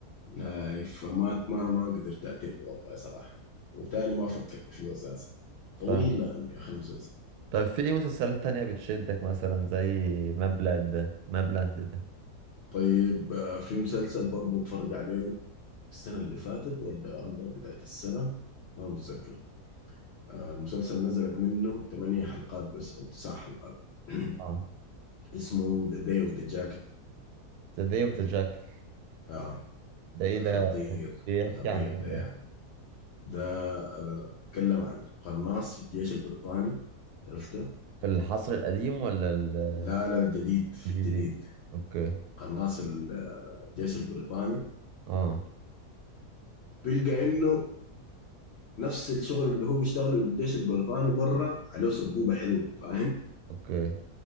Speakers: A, on the left; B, on the right.
A: آي فما ما ما قدرت أتم والله صراحة وتاني ما فكرت فيه أساسا طويل
B: فاهم
A: لأنه يا أخي المسلسل
B: طب في ايه مسلسلات تانية بتشدك مثلا زي مابلاند ده مابلاند ده
A: طيب آه، في مسلسل برضه اتفرج عليه السنة اللي فاتت ولا الله بداية السنة ما متذكر المسلسل نزلت منه ثمانية حلقات بس أو تسع حلقات <clears throat>
B: اه
A: اسمه ذا داي اوف ذا جاكل
B: ذا داي اوف ذا جاكل
A: اه
B: ده ايه
A: خطير
B: ده بيحكي
A: خطير
B: عن ايه
A: ده
B: ده
A: يا يعني. ده آه بيتكلم عن قناص في الجيش البريطاني عرفته
B: في العصر القديم ولا ال-
A: لا لا جديد في
B: الجديد
A: الجديد
B: اوكي
A: قناص ال- آه، الجيش البريطاني
B: اه
A: بيلقى انه نفس الشغل اللي هو بيشتغله للجيش البريطاني بره عليه سبوبة حلوة فاهم
B: اوكي